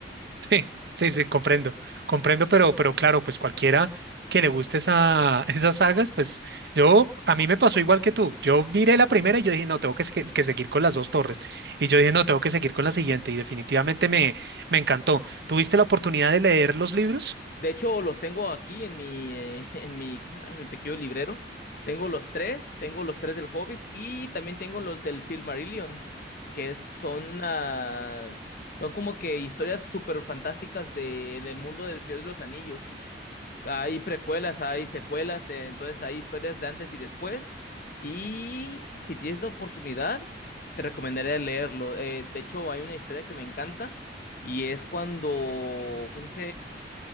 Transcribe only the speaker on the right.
Sí, sí, sí, comprendo, comprendo, pero, pero claro, pues cualquiera que le guste esa, <laughs> esas sagas, pues yo, a mí me pasó igual que tú. Yo miré la primera y yo dije, no, tengo que, se- que seguir con las dos torres. Y yo dije, no, tengo que seguir con la siguiente. Y definitivamente me, me encantó. ¿Tuviste la oportunidad de leer los libros?